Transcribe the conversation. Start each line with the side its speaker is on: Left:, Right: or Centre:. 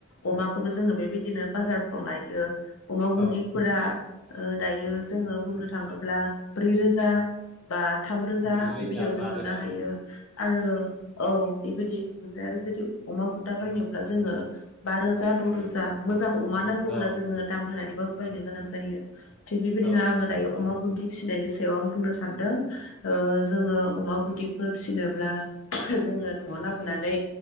Left: अमा खौबो जोङो बेबायदिनो बाजारफ्राव लायो। अमा बुन्दि
Centre: औ
Left: आ दायो ओ जोङो बुंनो थाङोब्ला ब्रै रोजा बा थाम रोजा
Centre: ब्रै
Left: बेबादियाव जों
Centre: बा
Left: मोननो
Centre: रोजा
Left: हायो। आरो औ बेबायदि ओमफ्राय आरो जुदि अमा बु न्दा बायनोब्ला जोङो बा रोजा द' रोजा मोजां अमा नांगौब्ला
Centre: ओं
Left: जोङो दाम होनानै बां बायनो गोनां जायो थिग बेबायदिनो
Centre: औ
Left: आङो दायो अमा बुन्दि फिसिनायनि सायाव आं बुंनो सानदों ओ जोङो अमा बुन्दिखौ फिसिनोब्ला जोङो न'आव लाबोनानै